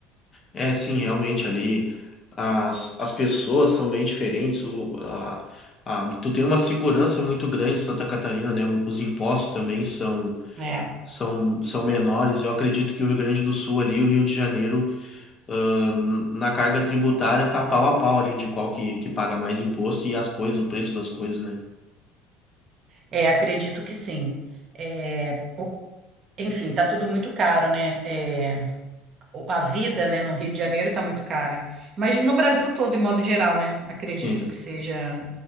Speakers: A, on the left (about 35°); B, on the right (about 45°).
A: É, sim, realmente ali as, as pessoas são bem diferentes, o a, a, tu tem uma segurança muito grande em Santa Catarina, né? Os impostos também são
B: É,
A: são, são menores. Eu acredito que o Rio Grande do Sul ali, o Rio de Janeiro, ah, na carga tributária tá pau a pau ali de qual que, que paga mais imposto e as coisas, o preço das coisas, né?
B: é, acredito que sim. É, Enfim, tá tudo muito caro, né? É, o- a vida, né, no Rio de Janeiro tá muito cara. Mas no Brasil todo, em modo geral, né? Acredito
A: Sim.
B: que seja,